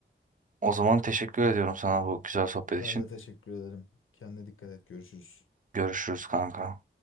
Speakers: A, on the right; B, on the left.
A: O zaman teşekkür ediyorum sana bu güzel sohbet
B: Ben
A: için.
B: de teşekkür ederim. Kendine dikkat et. Görüşürüz.
A: Görüşürüz kanka.